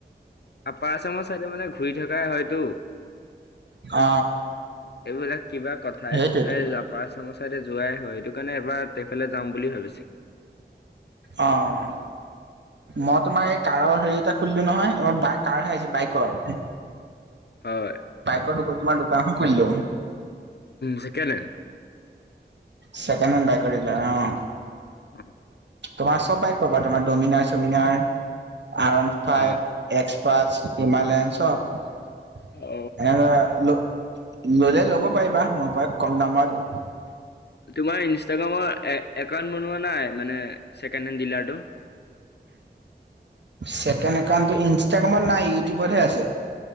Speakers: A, on the left (about 65°); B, on the right (about 75°).
A: আৰু পাৰাচ্ৰামৰ ছাইডে মানে ঘূৰি থকাই হয়তটো
B: অ
A: এইবিলাক কিবা কথাই
B: সেইটোৱেতো
A: চথাই যাম বা চামুচাইডে যোৱাই হয় সেইটো কাৰণে এবাৰ সেইফালে যাম বুলি ভাবিছিলো।
B: অঁ মই তোমাৰ এই কাৰৰ হেৰি এটা খুলিলো নহয় অ কাৰহে আহিছে বাইকৰ
A: হয়
B: পাইক কো তোমাৰ দোকান খলিলও
A: ছেকেণ্ড হেণ্ড
B: চেকে হেণ বাই কিল অ
A: উ
B: তোমাৰ চবাই কবা তোমাৰ ডমিনাৰ চমিনাৰ আন ফাইভ
A: অ
B: এক্স পাচ হিমালয়ন চপ
A: অ
B: এনেুৱ ললে ল'ব পাৰিবা মই ব কম দামৰ দ
A: তোমাৰ ইনষ্টাগ্ৰামৰ এ একাউণ্ট বনোৱা নাই মানে ছেকেণ্ড হেণ্ড ডিলাৰটো
B: ছেকেণ্ড একাউণ্টো ইনষ্টাগ্ৰামত নাই ইউটিউবতহে আছে